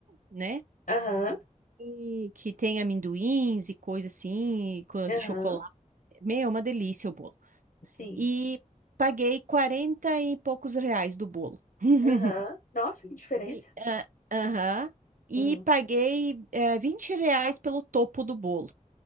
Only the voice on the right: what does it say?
né?
E que tem amendoins e coisa assim, e co-
de chocolate. Meu, uma delícia o bolo.
E paguei 40 e poucos reais do bolo. <laughs>
E, ah, aham. E
paguei, eh, 20 reais pelo topo do bolo.